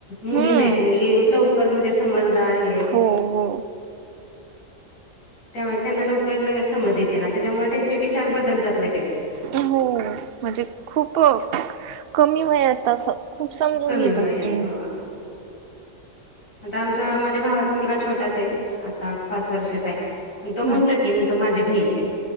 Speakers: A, on the left; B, on the right.
A: मुली
B: हम्म
A: नाहीत मुली लवकर बरं म्हणजे समजदार हे.
B: हो हो.
A: त्यामुळे त्यांना लवकर लगेच समज येते ना, त्याच्यामुळे त्यांचे विचार बदलतात लगेच.
B: हो म्हणजे खूप कमी वयात असं, खूप समजून
A: कमी
B: घेतात
A: वयात
B: ते.
A: हो आता आमचा माझ्या भावाचा मुलगा छोटाच आहे, आता पाच वर्षाचा आहे पण तो म्हणतो
B: हम्म
A: की म्हण, तं माझी बहीण